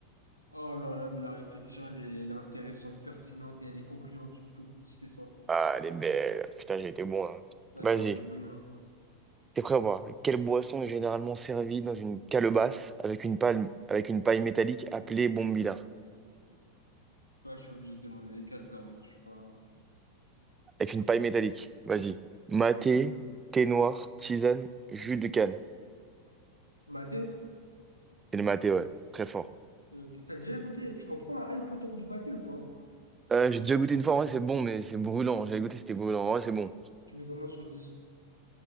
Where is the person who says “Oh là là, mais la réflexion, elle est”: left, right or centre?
Left